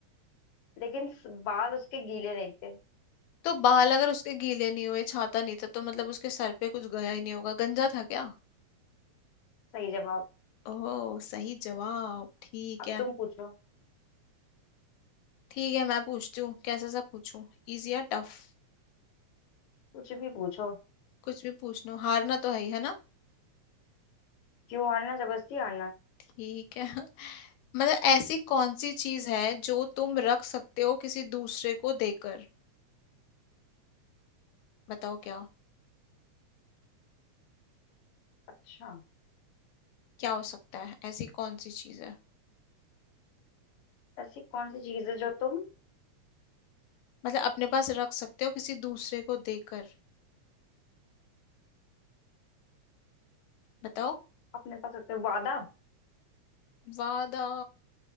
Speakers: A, on the left; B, on the left.
A: लेकिन स- बाल उसके गीले नहीं थे
B: तो बाल अगर उसके गीले नहीं हुए छाता नहीं था तो मतलब उसके सर पे कुछ गया ही नहीं होगा गंजा था क्या
A: सही जवाब
B: ओह सही जवाब ठीक
A: अब
B: है
A: तुम पूछो
B: ठीक है मैं पूछती हूँ कैसा सा पूछूं इजी या टफ
A: कुछ भी पूछो
B: कुछ भी पूछ लो हारना तो है ही है ना
A: क्यों हारना जबरदस्ती हारना
B: ठीक है <laughs> मतलब ऐसी कौन सी चीज है जो तुम रख सकते हो किसी दूसरे को देकर बताओ क्या
A: अच्छा
B: क्या हो सकता है ऐसी कौन सी चीज है
A: ऐसी कौन सी चीज है जो तुम
B: मतलब अपने पास रख सकते हो किसी दूसरे को देकर बताओ
A: अपने पास रखते हो वादा
B: वादा